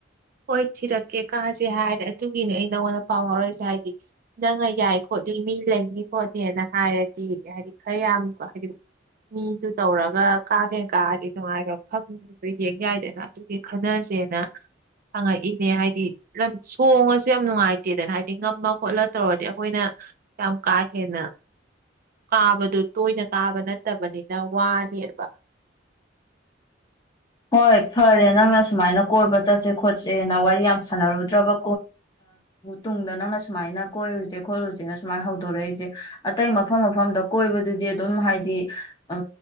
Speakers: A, on the right (about 50°); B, on the left (about 20°).
A: ꯍꯣꯏ ꯊꯤꯔꯛꯀꯦ ꯀꯥꯁꯦ ꯍꯥꯏꯔꯗꯤ ꯑꯗꯨꯒꯤꯅꯤ ꯑꯩ ꯅꯪꯉꯣꯟꯗ ꯄꯥꯎ ꯐꯥꯎꯔꯛꯏꯁꯦ ꯍꯥꯏꯗꯤ ꯅꯪꯅ ꯌꯥꯏ ꯈꯣꯠꯂꯤ ꯃꯤ ꯂꯩꯅꯤ ꯈꯣꯠꯅꯤꯅ ꯍꯥꯏꯔꯗꯤ ꯍꯥꯏꯗꯤ ꯈꯔ ꯌꯥꯝ ꯍꯥꯏꯗꯤ ꯃꯤꯗꯨ ꯇꯧꯔꯒ ꯀꯥꯒꯦ ꯀꯥꯔꯗꯤ ꯅꯨꯡꯉꯥꯏꯕ ꯃꯐꯝꯗ ꯌꯦꯡ ꯌꯥꯏꯗꯅ ꯑꯗꯨꯒꯤ ꯈꯟꯅꯁꯦꯅ ꯍꯪꯉꯛꯏꯅꯦ ꯍꯥꯏꯗꯤ ꯂꯝ ꯁꯣꯡꯉꯁꯨ ꯌꯥꯝ ꯅꯨꯡꯉꯥꯏꯇꯦꯗꯅ ꯍꯥꯏꯗꯤ ꯉꯝꯃ ꯈꯣꯠꯂ ꯇꯧꯔꯗꯤ ꯑꯩꯈꯣꯏꯅ ꯌꯥꯝ ꯀꯥ ꯍꯦꯟꯅ ꯀꯥꯕꯗꯨ ꯇꯣꯏꯅ ꯀꯥꯕ ꯅꯠꯇꯕꯅꯤꯅ ꯋꯥꯅꯦꯕ
B: ꯍꯣꯏ ꯐꯔꯦ ꯅꯪꯅ ꯁꯨꯃꯥꯏꯅ ꯀꯣꯏꯕ ꯆꯠꯁꯦ ꯈꯣꯠꯁꯦꯅ ꯋꯥꯔꯤ ꯌꯥꯝ ꯁꯥꯟꯅꯔꯨꯗ꯭ꯔꯕ ꯇꯨꯡꯗ ꯅꯪꯅ ꯁꯨꯃꯥꯏꯅ ꯀꯣꯏꯔꯨꯁꯦ ꯈꯣꯠꯂꯨꯁꯦꯅ ꯁꯨꯃꯥꯏꯅ ꯍꯧꯗꯣꯔꯛꯏꯁꯦ ꯑꯇꯩ ꯃꯐꯝ ꯃꯐꯝꯗ ꯀꯣꯏꯕꯗꯨꯗꯤ ꯑꯗꯨꯝ ꯍꯥꯏꯗꯤ ꯎ